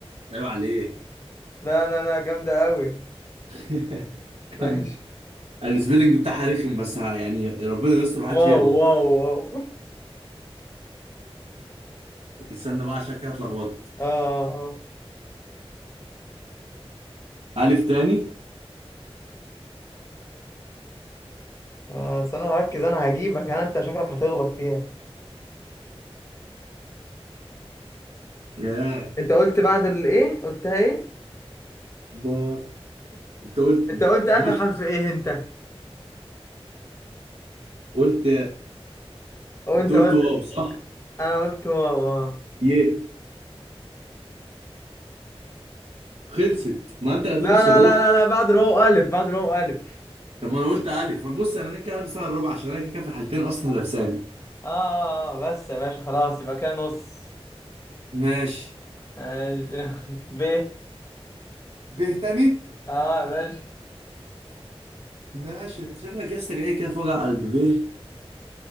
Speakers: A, on the right; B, on the left.
A: عيب عليك
B: لا لا لا جامدة أوي
A: <laughs>
B: <laughs> ماشي
A: كمل السبيلنج بتاعها رخم بس ها يعني ربنا يستر محدش
B: واو
A: يغلط
B: واو واو
A: استنى بقى عشان كده اتلخبطت
B: اه اه
A: ألف تاني
B: اه آه، بس أنا هركز أنا هجيبك أنا أنت شكلك هتغلط فيها
A: ياه
B: أنت قلت بعد الإيه؟ قلتها إيه؟
A: ب انت قلت
B: انت
A: ب-
B: قلت اخر
A: بص
B: حرف
A: بص
B: ايه انت
A: قلت
B: وأنت
A: انت قلت
B: قلت
A: واو صح
B: أنا قلت واو اه
A: يه خلصت ما انت اللي
B: لا
A: هتلبس
B: لا
A: الرو
B: لا لا لا بعد الواو الف بعد الواو الف
A: طب ما انا قلت الف ما بص انا كده كده هلبس انا الربع عشان انا كده كده في الحالتين اصلا لابساني
B: اه آه، آه، بس يا باشا خلاص يبقى كده نص
A: ماشي
B: ماشي <laughs> ب
A: به تاني
B: اه يا باشا
A: ماشي انت شكلك يا اسطى جاي كده في وجع قلب به